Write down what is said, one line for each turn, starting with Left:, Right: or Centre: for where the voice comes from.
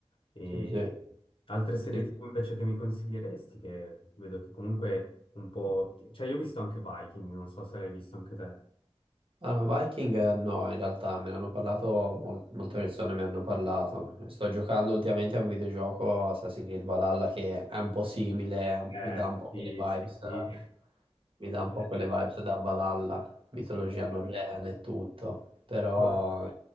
Left: E
Right: sì, sì.
Left: altre serie
Right: Sì,
Left: TV invece che mi consiglieresti, che vedo che comunque un po'... Cioè io ho visto anche Viking, non so se l'hai visto anche te.
Right: Allora, Viking eh, no, in realtà me ne hanno parlato, mol- molte persone mi hanno parlato. Sto giocando ultimamente a un videogioco Assassin's Creed Valhalla che è un po' simile, è un-
Left: Eh,
Right: mi dà un po'
Left: sì,
Right: quelle vibes,
Left: sì,
Right: eh, mi dà un
Left: sì.
Right: po' quelle vibes da Valhalla, mitologia
Left: <laughs>
Right: norrena e tutto, però
Left: Bello.